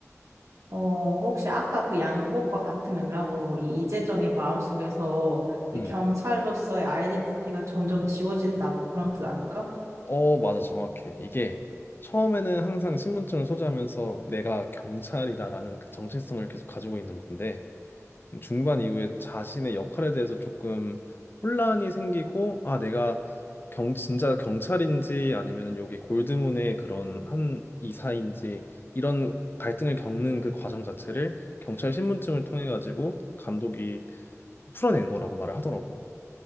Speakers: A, on the right (about 75°); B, on the left (about 40°).
A: 어, 혹시 아까 그 양복과 같은 맥락으로 이 이재정의 마음속에서 이
B: 응.
A: 경찰로서의 아이덴티티가 점점 지워진다, 뭐 그런 뜻 아닐까?
B: 어, 맞아. 정확해. 이게 처음에는 항상 신분증을 소지하면서 내가 경찰이다라는 그 정체성을 계속 가지고 있는 건데 중반 이후에 자신의 역할에 대해서 조금 혼란이 생기고 아 내가 경 진짜 경찰인지 아니면 여기 골드문의 그런 한 이사인지 이런 갈등을 겪는 그 과정 자체를 경찰 신분증을 통해 가지고 감독이 풀어낸 거라고 말을 하더라고.